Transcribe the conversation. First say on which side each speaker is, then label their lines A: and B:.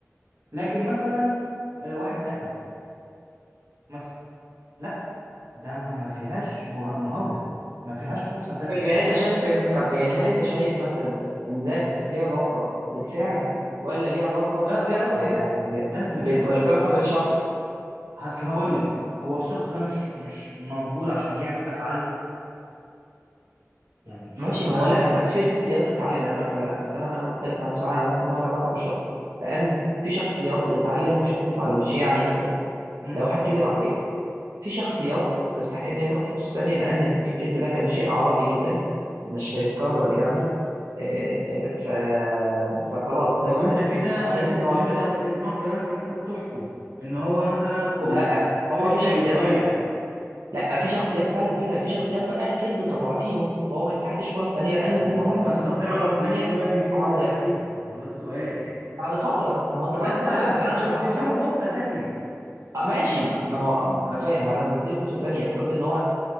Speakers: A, on the right; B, on the right.
A: لكن مثلا آه واحد قتل مثلا لا ده ما ما فيهاش مه- مهاودة ما فيهاش فرصة تانية
B: يعني أنت شايف إن طب يعني هل أنت شايف مثلا إن ده ليه علاقة بالفعل ولا ليه علاقة
A: لا ليه علاقة
B: آه،
A: بالفعل لازم
B: بال...
A: بالفعل
B: ولا ليه علاقة بالشخص
A: أصل هقول لك هو الشخص ده مش مش موجود عشان يعمل أفعال يعني الشخص
B: ماشي ما
A: ده
B: هو لا بس في شخصيات بتتعلم يعني أقول لك حاجة لا بس أنا أنا مختلف معاك بصراحة أنا حاسس إن هو ليه علاقة بالشخص لأن في شخصيات بتتعلم وفي شخصيات ما بتتعلمش يعني مثلا
A: مم.
B: لو واحد كذب عليك في شخصيات تستحق ان هي تاخد فرصه تانية لان الكذب ده كان شيء عرضي جدا مش هيتكرر يعني آه، ف فخلاص
A: ما
B: ده
A: هو
B: فعلا
A: انت
B: يستحق
A: كده
B: فرصه
A: انا
B: تانية
A: شايف
B: لان هو
A: ان
B: شخص
A: انت في نوع كلامك ان انت بتحكم ان هو مثلا
B: مش بحكم
A: لا
B: لا
A: ده
B: هو
A: مش
B: في
A: هيتغير
B: شخصيات لا لا في شخصيات فعلا كده في شخصيات بقى الكذب طبع فيهم فهو ما يستحقش فرص تانية لان
A: ما
B: هو
A: هو
B: مهما
A: انت
B: خدت
A: هتعرف
B: له فرص تانية
A: منين بقى ان الكذب
B: هو هيضيع
A: طبع فيهم ما هو ده السؤال
B: بعد فتره ما هو انت بعد
A: لا
B: فتره من
A: بعد
B: العشره
A: ما
B: مع
A: بتديله
B: الشخص
A: فرصة تانية
B: آه ماشي ما ما هو انا فاهم بعد ما تديله فرصه تانية بس قصدي ان هو